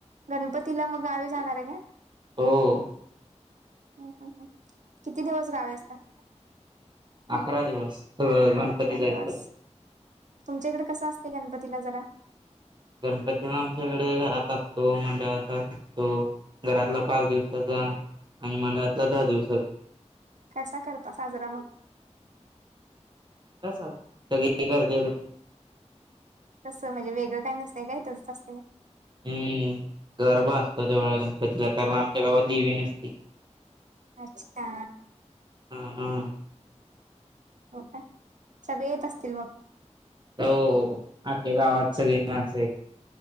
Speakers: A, on the right; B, on the right.
A: गणपतीला म गावी जाणार आहे का?
B: हो.
A: ह ह ह किती दिवस गावे असता
B: अकरा दिवस सगळं गणपती
A: अकरा
B: जायचं.
A: दिवस तुमच्याकडे कसं असते गणपतीला जरा?
B: गणपतीला आमच्याकडे घरात असतो मंडळाचा असतो. घरातला पाच दिवसाचा आणि मंडळतला दहा दिवसा
A: कसा करता साजरा मग?
B: तस सगळी करते
A: तसं म्हणजे वेगळं काय नसते गं तसंच असते गं.
B: हम्म गगरबा असतो तेवढ्या गणपतीला कारण आमच्या गावात देवी नसती.
A: अच्छा
B: हा हा.
A: हो का सगळे येत असतील मग.
B: हो आख्या गावात सली आहे